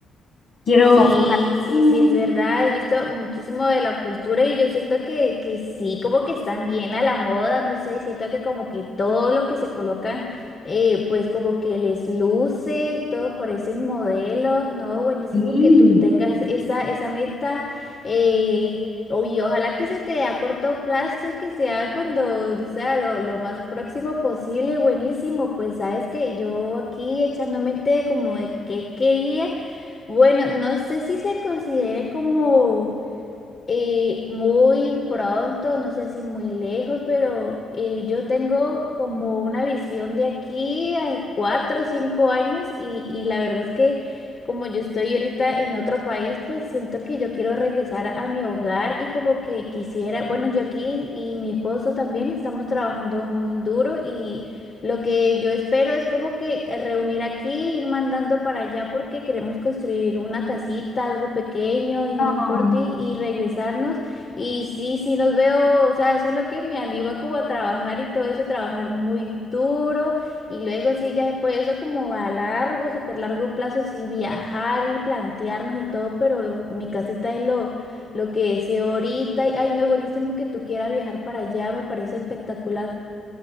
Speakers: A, on the left; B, on the left.
A: quiero...
B: Sí,
A: ojalá-
B: sí,
A: Mm,
B: sí, es verdad. He visto muchísimo de la cultura y yo siento que, que sí, como que están bien a la moda, no sé, siento que como que todo lo que se colocan, eh, pues como que les luce, todos parecen modelos, ¿no? Buenísimo
A: Sí.
B: que tú tengas esa, esa meta, eh, o- y ojalá que se te dé a corto plazo y que sea cuando, o sea, lo, lo más próximo posible, buenísimo. Pues sabes que yo aquí echando mente como de qué quería. Bueno, no sé si se considere como eh, muy pronto, no sé si muy lejos, pero eh, yo tengo como una visión de aquí a cuatro o cinco años y, y la verdad es que como yo estoy ahorita en otro país, pues siento que yo quiero regresar a mi hogar y como que quisiera, bueno, yo aquí y mi esposo también estamos trabajando muy duro y lo que yo espero es como que eh, reunir aquí, ir mandando para allá porque queremos construir una casita, algo pequeño y no
A: Ujú.
B: importa y, y regresarnos. Y sí, sí nos veo, o sea, eso es lo que me anima como a trabajar y todo eso, trabajar muy duro y luego sí, ya después de eso como a largo, súper largo plazo, sí, viajar y plantearnos y todo, pero mi casita es lo, lo que deseo ahorita. Y, Ay, no, buenísimo que tú quieras viajar para allá, me parece espectacular.